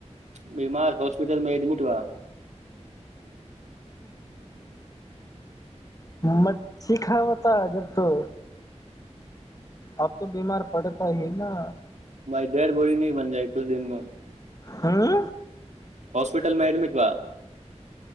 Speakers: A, on the right (about 75°); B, on the left (about 30°).
A: बीमार हॉस्पिटल मे एडमिट बा
B: मचछी खा होता जब तो अब तो बीमार पड़ता ही न
A: भाय डेट बोरी नी बन जाइ किछु दिनमे
B: हँ
A: हॉस्पिटल मे एडमिट बा